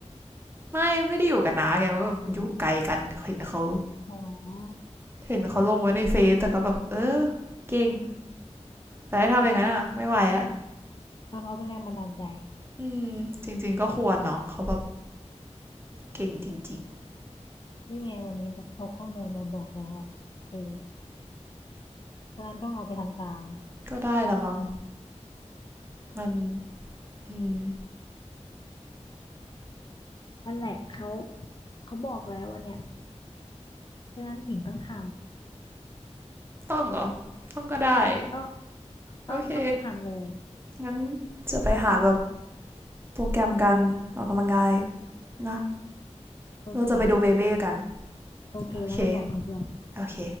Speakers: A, on the right; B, on the left.
A: ไม่ ไม่ได้อยู่กันนะไงมันก็แบบอยู่ไกลกันเห็นเขา
B: อ๋อ
A: เห็นเขาลงไว้ในเฟซแต่ก็แบบเออ เก่งแต่ถ้าทำอย่างนั้นอ่ะไม่ไหวอ่ะ
B: เพราะเขาเป็นแรงบันดาลใจ
A: อืมจริงๆก็ควรเนาะเขาแบบเก่งจริง
B: นี่ไงวันนี้แบบเอาข้อมูลมาบอกแล้วอ่ะเออเพราะฉะนั้นต้องเอาไปทำตาม
A: ๆก็ได้ละมั้งมันอืม <laughs>
B: นั่นแหละเขาเขาบอกแล้ววันเนี้ยเพราะฉะนั้นถิงต้องท
A: ต้องเหรอต้องก็ได้
B: ำต้องต้องต้องไปทำเลย
A: โอเคงั้นจะไปหาแบบโปรแกรมกันออกกำลังกาย นะ
B: โอเค
A: เราจะไปดูเบเบ้กัน
B: โอเคแล้วมาบอกเขาด้วย
A: โอเคโอเค